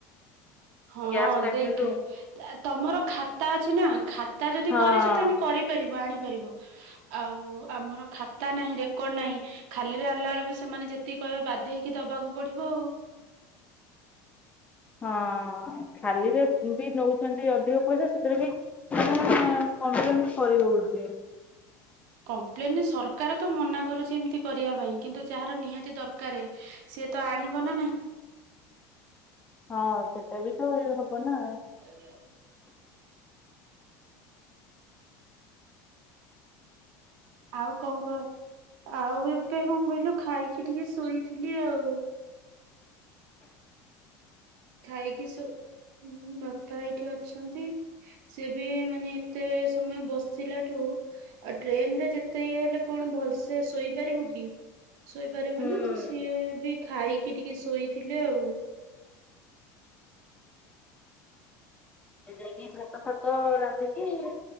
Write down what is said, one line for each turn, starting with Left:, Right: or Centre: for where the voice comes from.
Right: ହଁ
Left: ଗ୍ୟାସ ଟାଙ୍କି
Right: ଦେଖେ
Left: ଯୋଉ
Right: ତମର ଖାତା ଅଛି ନା ଖାତା ଯଦି
Left: ହଁ
Right: କରିଛ ତାହେଲେ କରି କରିପାରିବ ଆଣିପାରିବ ଆଉ ଆମର ଖା ତା ନାହିଁ ରେକର୍ଡ ନାହିଁ ଖାଲିରେ ଆଣିଲା ବେଳକୁ ସେମାନେ ଯେତିକି କହିବେ ବାଧ୍ୟ ହେଇକି ଦବାକୁ ପଡିବ ଆଉ।
Left: ହଁ ଖାଲିରେ ବି ନଉଛନ୍ତି ଅଧିକ ପଇସା ସେଥିରେ ବି ମାନେ କମ୍ପ୍ଲେନ କରି ହଉଛି।
Right: କମ୍ପ୍ଲେନ ସରକାର ତ ମନା କରୁଛି ଏମିତି କରିବା ପାଇଁ କିନ୍ତୁ ଯାହାର ନିହାତି ଦରକାରେ। ସିଏ ତ ଆଣିବ ନା ନାଇଁ।
Left: ହଁ ସେଟା ବି ତ ହବ ନା?
Right: <inaudible> ଆଉ କଣ କହ ଆଉ ଏବେ କଣ କହିଲୁ ଖାଇକି ଟିକେ ଶୋଇଥିଲି ଆଉ ଖାଇକି ଶୋ ବାପା ଏଇଠି ଅଛନ୍ତି। ସେ ବି ମାନେ ଏତେ ସମୟ ବସିଲାଠୁ ଆଉ ଟ୍ରେନରେ ଯେତେ ଇଏ ହେଲେ କଣ ଭଲସେ ଶୋଇପାରିବୁ କି? ଶୋଇପାରିବ
Left: ହୁଁ।
Right: ନା ତ ସିଏ ବି ଖାଇକି ଟିକେ ଶୋଇଥିଲେ ଆଉ
Left: ଯାଇକି ଭାତ ଫାତ ରାନ୍ଧିକି।